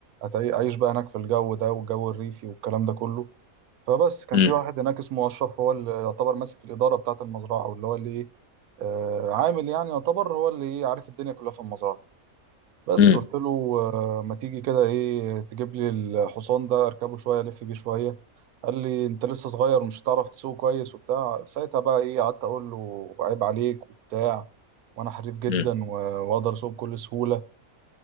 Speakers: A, on the right (about 85°); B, on the left (about 80°).
A: أتعي- اعيش بقى هناك في الجو ده والجو الريفي والكلام ده كله فبس كان
B: مم.
A: في واحد هناك اسمه اشرف هو اللي يعتبر ماسك الاداره بتاعه المزرعه واللي هو اللي ايه آه، عامل يعني يعتبر هو اللي إيه، عارف الدنيا كلها في المزرعه بس
B: مم.
A: قلت له آه، ما تيجي كده ايه تجيب لي الحصان ده اركبه شويه الف بيه شويه قال لي انت لسه صغير مش هتعرف تسوق كويس وبتاع ساعتها بقى ايه قعدت اقول له عيب عليك وبتاع وانا حريف جدا
B: مم.
A: و- واقدر اسوق بكل سهوله